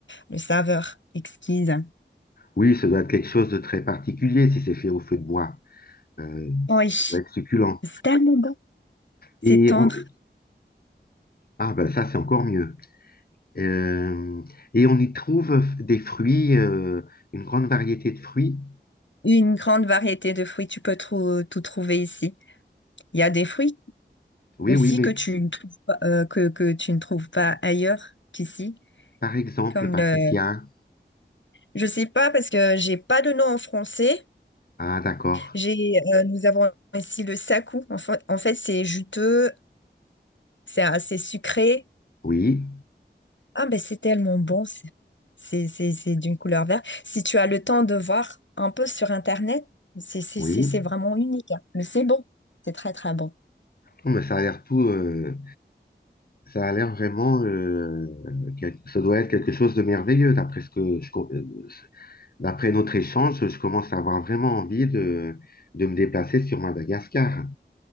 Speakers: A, on the left; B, on the left.
A: une saveur exquise.
B: Oui, ça doit être quelque chose de très particulier si c'est fait au feu de bois. Euh,
A: Oui,
B: ça doit être succulent.
A: c'est tellement bon. C'est
B: Et
A: tendre.
B: on- Ah ben ça, c'est encore mieux. Euh, Et on y trouve des fruits, euh, une grande variété de fruits.
A: Une grande variété de fruits, tu peux trou- tout trouver ici. Il y a des fruits
B: Oui,
A: aussi
B: oui, mais
A: que tu ne trouves pas, euh, que, que tu ne trouves pas ailleurs qu'ici.
B: par exemple,
A: Comme
B: Patricia.
A: le... Je sais pas parce que j'ai pas de nom en français.
B: Ah d'accord.
A: J'ai, euh, nous avons ici le sakou. En fa- en fait, c'est juteux, c'est assez sucré.
B: Oui,
A: Ah ben c'est tellement bon. C'est c'est c'est- c'est d'une couleur verte. Si tu as le temps de voir un peu sur Internet, c'est c'est-
B: oui.
A: c'est- c'est vraiment unique. hein. Mais c'est bon. C'est très très bon.
B: Oh, mais ça a l'air tout, euh, ça a l'air vraiment, euh, quel- ça doit être quelque chose de merveilleux. D'après ce que je, com- euh, d'après notre échange, je commence à avoir vraiment envie de, de me déplacer sur Madagascar.